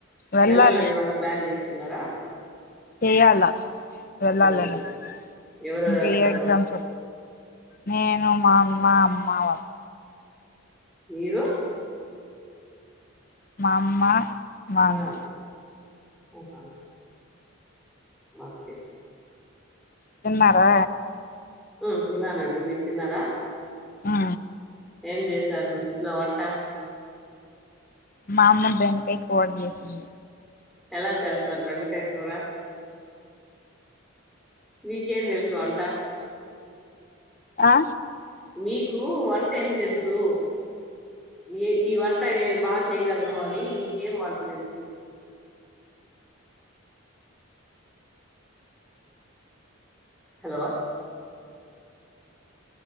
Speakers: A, on the left (about 40°); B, in the centre.
A: వెళ్ళాలి
B: వెళ్ళాలని ఏమన్నా ప్లాన్ జేసుకున్నారా
A: చేయాలా వెళ్ళాలని
B: హ్మ్. ఎవరెవరు
A: ఇంకా
B: వెళ్తారు?
A: ఏ ఎగ్జామ్స్ నేను మా అమ్మ మావాళ్ళు
B: మీరు
A: మా అమ్మ మా అన్న
B: ఆ! ఆహా ఓకే
A: తిన్నారా
B: ఉమ్ తిన్నానండి మీరు తిన్నారా
A: ఆ
B: ఏం జేసారు మీరు ఇంట్లో వంట
A: మా అమ్మ బెండకాయ్ కూర జేసింది
B: ఎలా చేస్తారు బెండకాయ్ కూర.? మీకేం దేల్సు వంటా.?
A: ఆ.
B: మీకు వంటెం దెల్సు.? ఈ ఈ వంట నేను బా చేయ్. గల్ను అని మీకేం వంట దెల్సు.? ! హాలో.